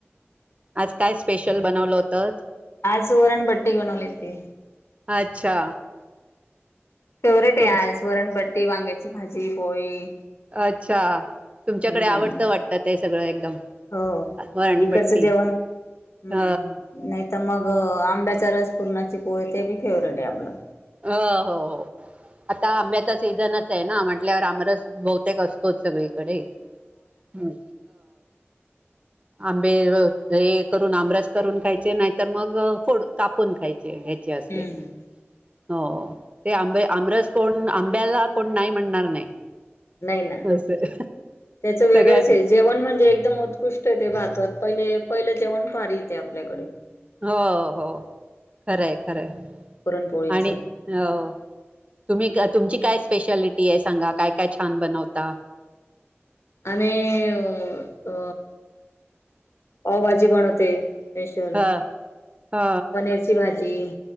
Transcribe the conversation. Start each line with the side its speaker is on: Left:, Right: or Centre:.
Right: आज काय स्पेशल बनवलं होतंत?
Left: आज वरणबट्टे बनवले होते.
Right: अच्छा.
Left: फेवरेट
Right: तुम
Left: आहे आज वरण बट्टी, वांग्याची भाजी, पोळी.
Right: अच्छा. तुमच्याकडे
Left: हम्म
Right: आवडतं वाटतं ते सगळं एकदम
Left: हो
Right: वरणबट्टी.
Left: इकडचं जेवण हम्म
Right: ह
Left: नाही तर मग आंब्याचा रस पुरणाची पोळी ती काय मग फेवरेट आहे आपलं.
Right: हो हो आता आंब्याचा सीझनच ना म्हटल्यावर आमरस बहुतेक असतोच सगळीकडे हो. आंबे हे करून आमरास करून खायचे नाहीतर मग फोडून कापून खायचे. ते घ्यायचे असले
Left: हम्म.
Right: की. हो ते आंबे आमरस कोण आंब्याला कोण नाही म्हणणार नाही.
Left: नाही ना
Right: असं
Left: त्याच वेगळंच
Right: सगळ्यांना
Left: आहे जेवण म्हणजे एकदम उत्कृष्ट ते भारतात पहिले पहिलं जेवण फार ते आपल्याकडे.
Right: हो ओ हो खराय खराय.
Left: पुरणपोळींच
Right: आणि ओ तुम्ही कात तुमची काय स्पेशालिटी आहे सांगा? काय काय छान बनवता.
Left: आम्ही अ अ पावभाजी बनवते स्पेशली
Right: ह ह
Left: पनीरची भाजी.